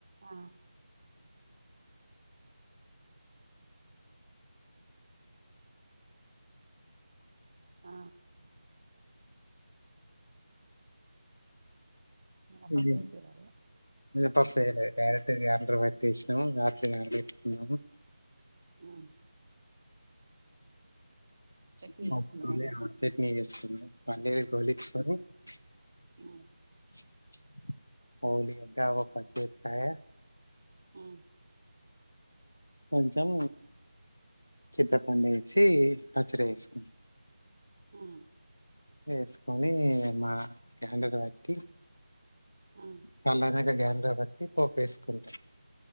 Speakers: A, on the right; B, on the left.
A: ఆ ఆ మినపప్పు
B: ఇది
A: వేసిరా యే
B: మినపప్పు ఎయిలే క్యారేటు గైడర్ పెట్టేసినం రాత్రి నానపెట్టుకున్నాము
A: హ్మ్ చట్నీ
B: <unintelligible>
A: చేసుకున్నారా అందులకు
B: చెట్నీ చేసుకున్నాము పల్లిల్ రోలిచికుని <unintelligible>
A: ఉమ్
B: పచ్చి మిరపకాయ
A: ఆ
B: కొంచెం చింతపండు వేసి పచ్చడి వేసుకున్నం
A: మ్
B: వేసుకొని మా గ్యమ్డకు పెట్టి
A: ఉమ్
B: చల్లరినాక గైడరా పట్టి పోప్ వేసుకుంటామ్